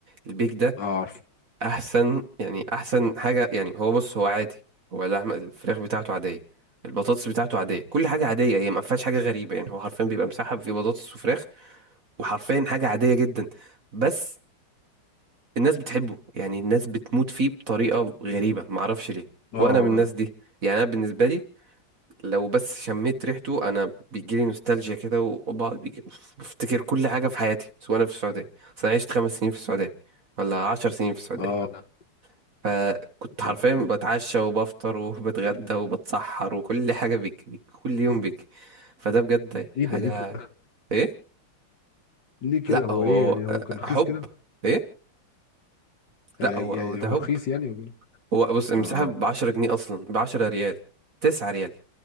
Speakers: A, on the right (about 45°); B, on the left (about 55°).
A: البيك ده
B: اه عارف
A: احسن يعني احسن حاجة يعني هو بص هو عادي هو اللحمة الفراخ بتاعته عادية البطاطس بتاعته عادية كل حاجة عادية هي ما فيهاش حاجة غريبة يعني هو حرفيا بيبقى مسحب في بطاطس وفراخ وحرفيا حاجة عادية جدا بس الناس بتحبه يعني الناس بتموت فيه بطريقة غريبة معرفش ليه
B: اه
A: وأنا من الناس دي يعني أنا بالنسبة لي لو بس شميت ريحته أنا بيجيلي نوستالجيا كده وبقعد بيجي- بفتكر كل حاجة في حياتي سواء أنا في السعودية أصل أنا عشت خمس سنين في السعودية ولا عشر سنين في السعودية
B: اه
A: فكنت حرفيا
B: اه
A: بتعشى وبفطر وبتغدى وبتسحر وكل حاجة بيك, بيك كل يوم بيك فده بجد
B: ايه
A: حاجة
B: ده ليه كده
A: إيه؟
B: ليه كده
A: لأ
B: هو
A: هو
B: ايه
A: هو
B: يعني هو
A: آه،
B: كان رخيص
A: حب
B: كده
A: إيه؟
B: آه،
A: لا هو
B: يا-
A: هو ده
B: هو
A: حب
B: رخيص يعني وكده.
A: هو بص المساحة
B: اه
A: ب 10 جنيه أصلا ب 10 ريال 9 ريال